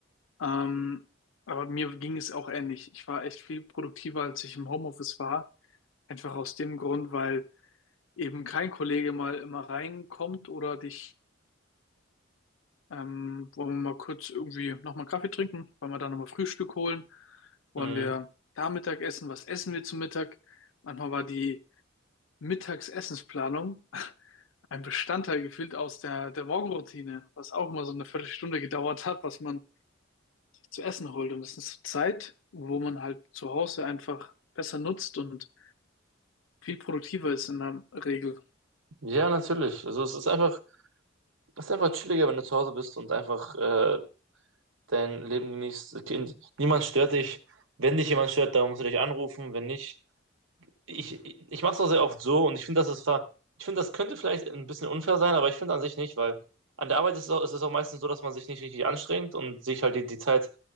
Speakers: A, on the left (about 70°); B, on the right (about 70°).
A: Ähm, aber mir ging es auch ähnlich. Ich war echt viel produktiver, als ich im Homeoffice war. Einfach aus dem Grund, weil eben kein Kollege mal immer reinkommt oder dich, ähm, wollen wir mal kurz irgendwie nochmal Kaffee trinken, wollen wir da nochmal Frühstück holen, wollen
B: Mhm.
A: wir da Mittag essen, was essen wir zum Mittag? Manchmal war die Mittagsessensplanung ein Bestandteil gefühlt aus der, der Morgenroutine, was auch immer so eine Viertelstunde gedauert hat, was man zu essen holt. Und das ist Zeit, wo man halt zu Hause einfach besser nutzt und viel produktiver ist in der Regel.
B: Ja, natürlich. Also es ist einfach, es ist einfach chilliger, wenn du zu Hause bist und einfach äh, dein Leben genießt. Kind- Niemand stört dich. Wenn dich jemand stört, dann musst du dich anrufen. Wenn nicht, ich, ich mache es auch sehr oft so und ich finde, das ist ver ich finde, das könnte vielleicht ein bisschen unfair sein, aber ich finde an sich nicht, weil an der Arbeit ist es auch, ist es auch meistens so, dass man sich nicht richtig anstrengt und sich halt die, die Zeit